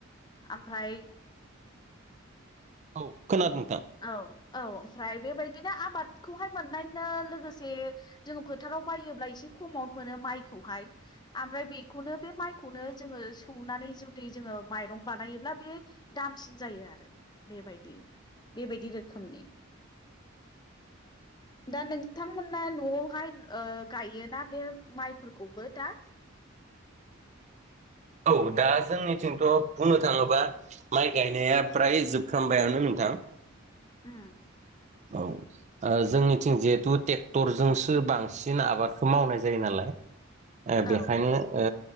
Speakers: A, on the left (about 20°); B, on the right (about 35°).
A: ओमफ्राय
B: औ खोनादों नोंथां।
A: औ औ ओमफ्राय बेबायदिनो आबादखौहाय मोननायनो लोगोसे जोङो फोथाराव बायोब्ला एसे खमावनो मोनो माइखौहाय आमफ्राय बेखौनो बे माइखौनो जोङो सौनानै जुैदि जों ओ माइरं बानायोब्ला बे दामसिन जायो आरो बेबायदि। बेबायदि रोखोमनि <inaudible> दा नोंथांमोना न'आवहाय ओ गायोना बे माइफोरखौबो दा।
B: औ दा जोंनिथिंथ' बुंनो थाङोबा माइ गायनाया फ्राय जोबफ्रामबायानो नों थां।
A: ओम
B: औ ओ जोंनिथिं जिहेथु ट्रेक्टरजोंसो बांसिन आबादखो मावनाय जायो नालाय ओ
A: औ
B: बेखायनो ओ